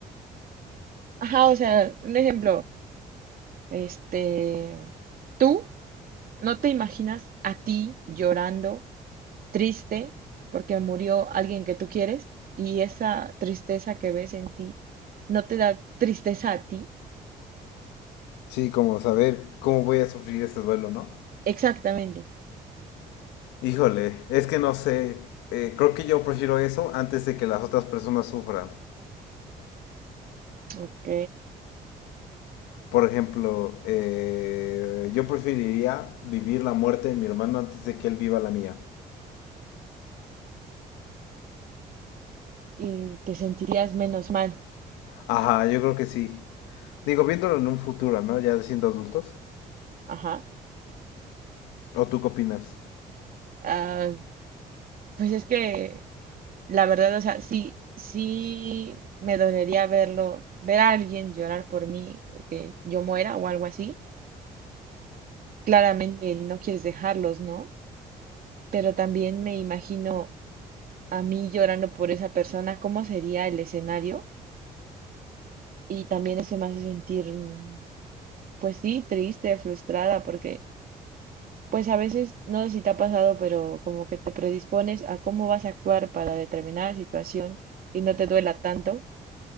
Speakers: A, on the right (about 55°); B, on the left (about 80°).
A: Ajá, o sea, un ejemplo, este, tú no te imaginas a ti llorando, triste, porque murió alguien que tú quieres y esa tristeza que ves en ti no te da tristeza a ti.
B: Sí, como saber cómo voy a sufrir este duelo, ¿no?
A: Exactamente.
B: Híjole, es que no sé. eh, creo que yo prefiero eso antes de que las otras personas sufran.
A: Ok.
B: Por ejemplo, eh, yo preferiría vivir la muerte de mi hermano antes de que él viva la mía.
A: Y te sentirías menos mal.
B: Ajá, yo creo que sí. Digo, viéndolo en un futuro, ¿no? Ya siendo adultos.
A: Ajá.
B: ¿O tú qué opinas?
A: Ah, pues es que la verdad, o sea, sí, sí me dolería verlo, ver a alguien llorar por mí, que yo muera o algo así. Claramente no quieres dejarlos, ¿no? Pero también me imagino a mí llorando por esa persona, cómo sería el escenario. Y también eso me hace sentir, mm, pues sí, triste, frustrada, porque pues a veces, no sé si te ha pasado, pero como que te predispones a cómo vas a actuar para determinada situación y no te duela tanto.